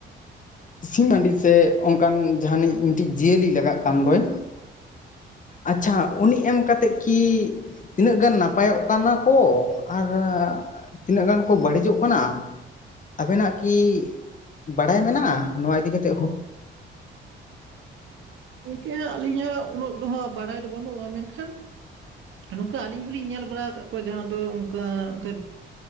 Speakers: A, on the left; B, on the right.
A: ᱥᱤᱢ ᱦᱟᱺᱰᱤ ᱥᱮ ᱚᱱᱠᱟᱱ ᱡᱟᱦᱟᱱᱤᱡ ᱢᱤᱫᱴᱤᱡ ᱡᱤᱭᱟᱹᱞᱤ ᱞᱟᱜᱟᱜ ᱠᱟᱱ ᱫᱚᱭ᱾ ᱟᱪᱪᱷᱟ ᱩᱱᱤ ᱮᱢ ᱠᱟᱛᱮᱫ ᱠᱤ ᱛᱤᱱᱟᱹᱜ ᱜᱟᱱ ᱱᱟᱯ ᱯᱟᱭᱚᱜ ᱠᱟᱱᱟ ᱠᱚ ᱟᱨ ᱛᱤᱱᱟᱹᱜ ᱜᱟᱱ ᱠᱚ ᱵᱟᱹᱲᱤᱡᱚᱜ ᱠᱟᱱᱟ᱾ ᱟᱵᱮᱱᱟᱜ ᱠᱤ ᱵᱟᱲᱟᱭ ᱢᱮᱱᱟᱜ-ᱟ ᱱᱚᱣᱟ ᱤᱫᱤ ᱠᱟᱛᱮ ᱦᱳ?
B: ᱤᱱᱠᱟᱹ ᱦᱟᱸᱜ ᱟᱹᱞᱤᱧ ᱦᱟᱸ ᱩᱱᱟᱹᱜ ᱫᱚ ᱦᱟᱸᱜ ᱵᱟᱲᱟᱭ ᱫᱚ ᱵᱟᱹᱱᱩᱜ-ᱟ᱾ ᱢᱮᱱᱠᱷᱟᱱ ᱱᱚᱝᱠᱟ ᱟᱹᱞᱤᱧ ᱦᱚᱸᱞᱤᱧ ᱧᱮᱞ ᱵᱟᱲᱟᱣ ᱟᱠᱟᱫ ᱠᱚᱣᱟ ᱡᱟᱦᱟᱸ ᱫᱚ ᱚᱱᱠᱟ ᱚᱝᱠᱟ